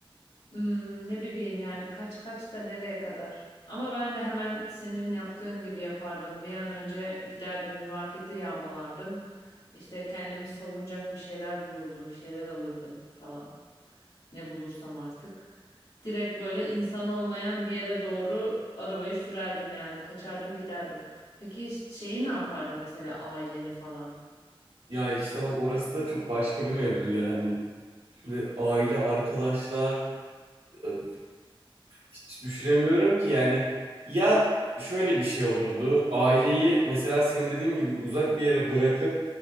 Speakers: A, on the left; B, on the right.
A: Hmm, ne bileyim yani kaç kaç da nereye kadar? Ama ben de hemen senin yaptığın gibi yapardım. Bir an önce giderdim bir marketi yağmalardım. İşte kendimi savunacak bir şeyler bulurdum, bir şeyler alırdım falan. Ne bulursam artık. Direkt böyle insan olmayan bir yere doğru arabayı sürerdim yani kaçardım giderdim. Peki şeyi ne yapardı mesela aileni falan?
B: Ya işte bak orası da çok başka bir mevzu yani. Şimdi aile, arkadaşlar, Ö, Hiç düşünemiyorum ki yani ya şöyle bir şey olurdu aileyi mesela senin dediğin gibi uzak bir yere bırakıp